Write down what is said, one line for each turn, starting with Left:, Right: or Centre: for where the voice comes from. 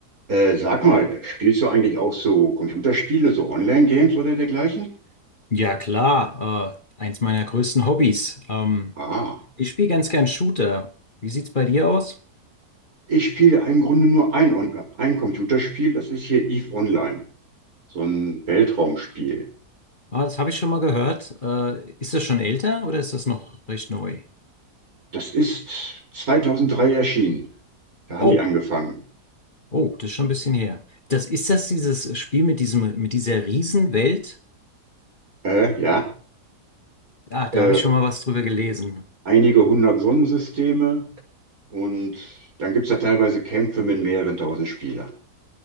Right: Äh, sag mal, spielst du eigentlich auch so Computerspiele, so Online-Games oder dergleichen?
Left: Ja, klar, äh, eins meiner größten Hobbys. Ähm,
Right: Ah,
Left: ich spiele ganz gern Shooter. Wie sieht's bei dir aus?
Right: ich spiele im Grunde nur ein, On- ein Computerspiel, das ist hier EVE Online, so ein Weltraumspiel.
Left: Ah, das habe ich schon mal gehört. Äh, ist das schon älter oder ist das noch recht neu?
Right: Das ist 2003 erschienen, da
Left: Oh,
Right: haben die angefangen.
Left: oh, das ist schon ein bisschen her. Das ist das dieses Spiel mit diesem, mit dieser Riesenwelt?
Right: Äh, ja,
Left: Ah,
Right: äh,
Left: da habe ich schon mal was drüber gelesen.
Right: einige hundert Sonnensysteme und dann gibt es da teilweise Kämpfe mit mehreren tausend Spielern.